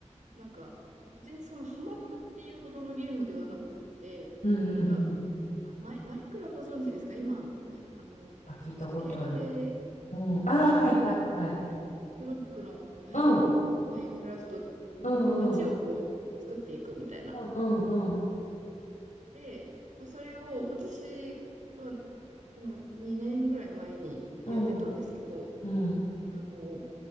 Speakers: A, on the right; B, on the left.
A: なんか、別にそのハマったっていうほどのゲームではなくって、
B: うんうんうん。
A: なんか、あマイ、マイクラご存知ですか今、ま、あの、
B: あ、聞いたことある。
A: 映画で、
B: うん。ああ、
A: あの、
B: はいはいはい。
A: ブロックの、はい、
B: うん。
A: マインクラフト、もう街をこう、
B: うんうん。
A: 作っていくみたいな。
B: うんうん
A: で、まあそれを私は、の、2年ぐらい前にやってたんですけど、
B: うん。うん、
A: あの、